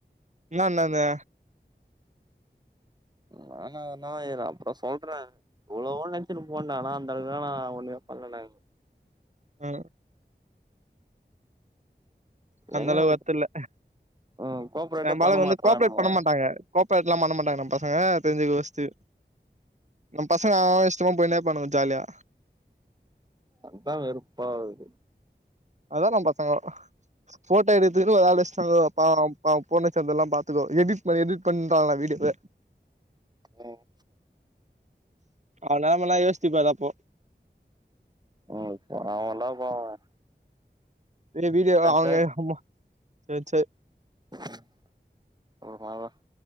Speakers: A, on the right; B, on the right.
A: நா நானு
B: நானான இரு அப்றோ சொல்றே இரு எவ்ளோவோ நெனச்சினு போனே டா ஆனா அந்த அளவுக்குல நா ஒண்ணுமே பண்லடா
A: ஆ அந்த
B: எங்க
A: அளவு
B: எனக்கு
A: வெர்த் இல்ல
B: ம் கோப்ரேட்டே
A: நம்ப
B: பண்ண
A: ஆளுங்க
B: மாட்றானுங்கோ
A: வந்து கோஆப்பரேட் பண்ண மாட்டாங்க கோஆப்பரேட்லா பண்ண மாட்டாங்க நம்ம பசங்க தெரிஞ்சிக்கோ ஃபர்ஸ்ட் நம்ம பசங்க அவே அவே இஷ்டமா போயினே இருப்பானுங்க ஜாலியா
B: அதா வெறுப்பாவுது
A: அதா நம் பசங்கோ ஃபோட்டோ எடுக்குறதுக்குன்னு ஒரு ஆள் வெஷ்டானுங்கோ பாவோ பா போன சேந்தல்லா பாத்துக்கோ எடிட் பண் எடிட் பண்ணறாங்கால வீடியோவ
B: ம்
A: அவே நெலமல்லா யோசிச்சி பாரு அப்போ
B: ம் தேவல்லப்பா அவே
A: இதுலயே வீடியோவ அவுங்க
B: சேர்
A: அம்மா சேர் சேர்
B: <unintelligible>